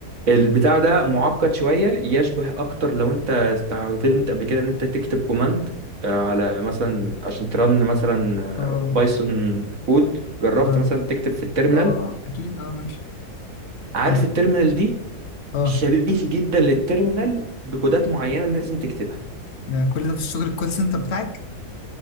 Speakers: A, on the right (about 55°); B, on the left (about 55°).
A: البتاع ده معقد شويه يشبه اكتر لو انت استخدمت قبل كده ان انت تكتب كوماند على مثلا عشان ترن مثلا
B: اه
A: بايثون كود جربت
B: اه
A: مثلا تكتب في التيرمينال
B: اه آه. اكيد اه ماشي
A: عارف
B: فاهم
A: التيرمينال دي
B: اه
A: شبيه جدا للتيرمينال بكودات معينه لازم تكتبها
B: ده كل ده في الشغل الكول سنتر بتاعك